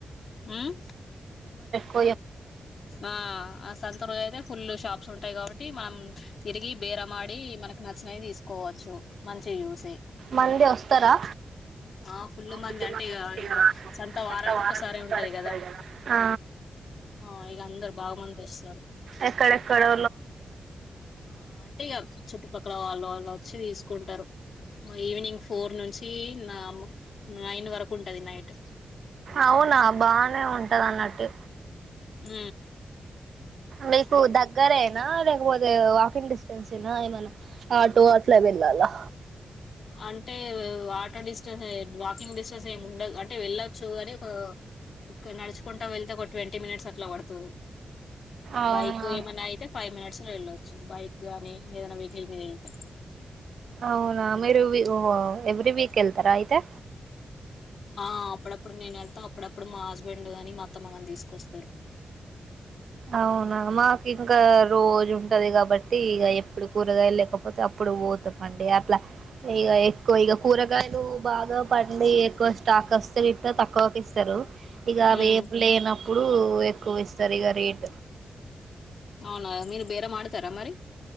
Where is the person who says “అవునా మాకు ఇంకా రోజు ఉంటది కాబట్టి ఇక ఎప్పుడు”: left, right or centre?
Right